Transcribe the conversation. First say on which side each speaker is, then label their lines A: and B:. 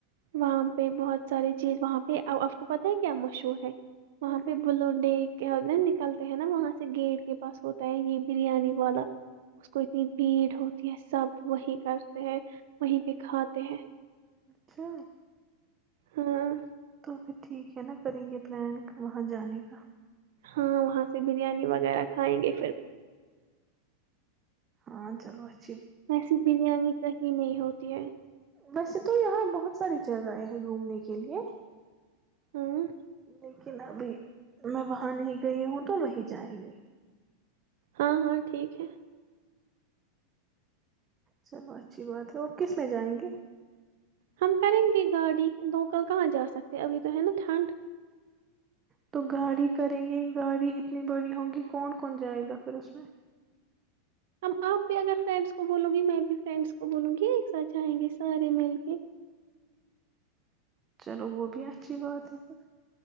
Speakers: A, on the right (about 65°); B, on the right (about 30°).
A: وہاں پہ بہت ساریے چیز وہاں پہ آپ کو پتہ ہے کیا مشہور ہے وہاں
B: ہ
A: پہ بولوں نے کے ہر دن نکلتے ہیں نا وہاں سے گیٹ کے پاس ہوتا ہے یہ بریانی والا اس کو اتنی بھیڑ ہوتی ہے سب وہی کرتے ہیں وہیں پہ کھاتے ہیں
B: اچھا
A: ہاں
B: تو پھر ٹھیک ہے نا کریں گے پلان وہاں جانے کا
A: ہاں وہاں سے بریانی وغیرہ کھائیں گے پھر
B: ہاں چلو اچھا
A: اییسی بریانی کہیں نہیں ہوتی ہے
B: ویسے تو یہاں بہت ساری جگہیں ہیں گھومنے کے لیے
A: ہاں
B: لیکن ابھی میں وہاں نہیں گئی ہوں تو وہیں جائیں گی
A: ہاں ہاں ٹھیک ہے
B: چلو اچھی بات ہے اور کس میں جائیں گے
A: ہم کریں گے گاڑی دو کا کہاں جا سکتے ابھی تو ہے نا ٹھنڈ
B: تو گاڑی کریں گے گاڑی اتنی بڑی ہوگی کون کون جائے گا پھر اس میں
A: ہم آپ بھی اگر فرینڈس کو بولوں گی میں بھی فرینڈس کو بولوں گی ایک ساتھ چاہئیں گے سارے مل کے
B: چلو وہ بھی اچھی بات ہے پھر